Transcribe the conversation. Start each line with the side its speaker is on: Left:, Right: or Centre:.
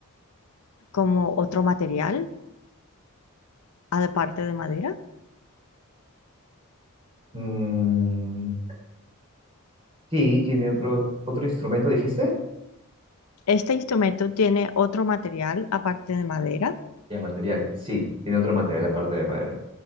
Left: como otro material aparte de madera?
Right: Mm, sí, tiene otro, otro instrumento, dijiste.
Left: ¿Este instrumento tiene otro material aparte de madera?
Right: Ya, material. Sí, tiene otro material aparte de madera.